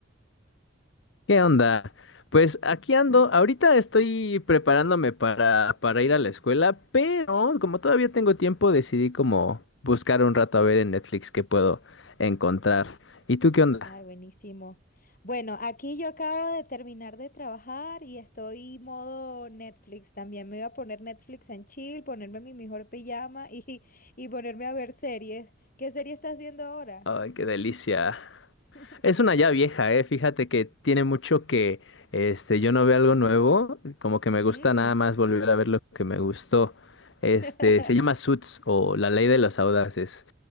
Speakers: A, on the left; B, on the left.
A: ¿Qué onda? Pues aquí ando. Ahorita estoy preparándome para, para ir a la escuela, pero como todavía tengo tiempo, decidí como buscar un rato a ver en Netflix qué puedo encontrar. ¿Y tú qué onda?
B: Ay, buenísimo. Bueno, aquí yo acabo de terminar de trabajar y estoy modo Netflix. También me voy a poner Netflix en chill, ponerme mi mejor pijama y, <laughs> y ponerme a ver series. ¿Qué serie estás viendo ahora?
A: Ay, qué delicia.
B: <laughs>
A: Es
B: Sí.
A: una ya vieja, eh. Fíjate que tiene mucho que este yo no veo algo nuevo, como que me
B: Mm.
A: gusta nada más volver a ver lo que me gustó. Este
B: <laughs>
A: se llama Suits o La Ley de los Audaces.